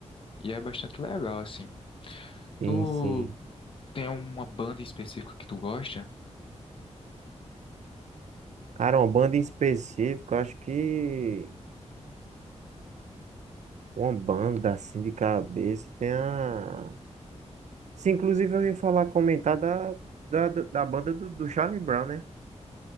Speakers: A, on the left; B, on the right.
A: e é bastante legal, assim.
B: Sim,
A: Tu
B: sim.
A: tem uma banda específica que tu gosta?
B: Cara, uma banda em específico, eu acho que uma banda assim de cabeça tem a. se inclusive eu ouvi falar comentar da, da, da banda do, do Charlie Brown, né?